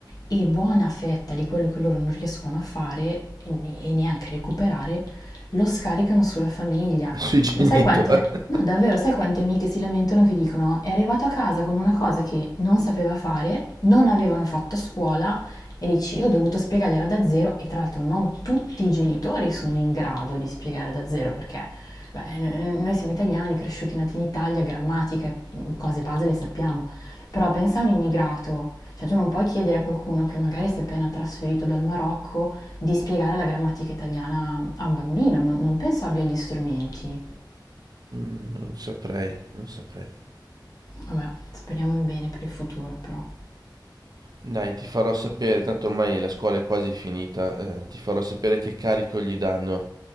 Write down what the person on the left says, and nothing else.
e buona fetta di quello che loro non riescono a fare e ne- e neanche a recuperare lo scaricano sulla famiglia.
Ma sai quante, no, davvero, sai quante amiche si lamentano che dicono è arrivato a casa con una cosa che non sapeva fare, non avevano fatto a scuola e dici io ho dovuto spiegargliela da zero e tra l'altro non tutti i genitori sono in grado di spiegare da zero perché beh, n- noi siamo italiani, cresciuti nati in Italia, grammatica, cose base le sappiamo. Però pensa a un immigrato, cioè tu non puoi chiedere a qualcuno che magari si è appena trasferito dal Marocco di spiegare la grammatica italiana a un bambino, non, non penso abbia gli strumenti.
Vabbè, speriamo in bene per il futuro però.